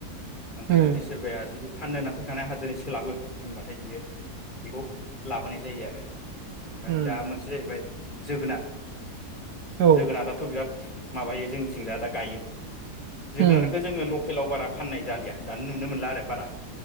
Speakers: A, on the left; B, on the right.
A: ओमफ्राय
B: उम
A: जुदि सोरबाया जुदि फाननो होना फैखानाय आंहा दिनै सोलाबो होनबाथाय बियो बेखौ लाबोनाय जायो आरो ओमफाय
B: उम
A: दा मोनसे जाहैबाय जोगोनाथ
B: औ
A: जोगोनाराथ' बिराद माबायो जोंनिथिं दा दा गायो जोगोनारखौ
B: उम
A: जोङो ल टेलाव बारा फाननाय जालिया दानु नुनो मोनला आरो बारा